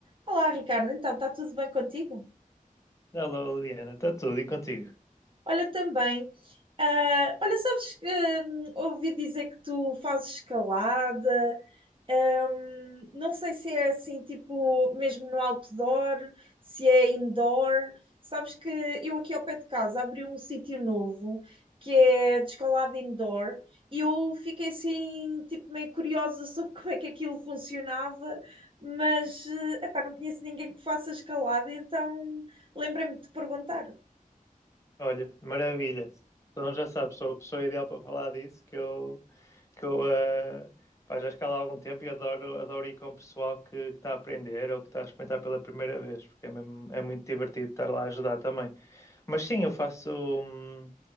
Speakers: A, on the right (about 35°); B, on the left (about 20°).
A: Olá, Ricardo. Então, está tudo bem contigo?
B: Alô, Liliana, está tudo e contigo?
A: Olha, também. ah, olha, sabes que hum, ouvi dizer que tu fazes escalada, Hum, não sei se é assim, tipo, mesmo no outdoor, se é indoor. Sabes que eu aqui ao pé de casa abri um sítio novo que é de escalada indoor e eu fiquei assim, tipo, meio curiosa <laughs> sobre como é que aquilo funcionava, mas, eh, epá, não conheço ninguém que faça escalada, então lembrei-me de te perguntar.
B: Olha, maravilha. Então já sabes, sou a pessoa ideal para falar disso, que eu, que eu eh, pá, já escalo há algum tempo e adoro, adoro ir com o pessoal que que está a aprender ou que está a experimentar pela primeira vez, porque é, mesmo- é muito divertido estar lá a ajudar também. Mas sim, eu faço, hum,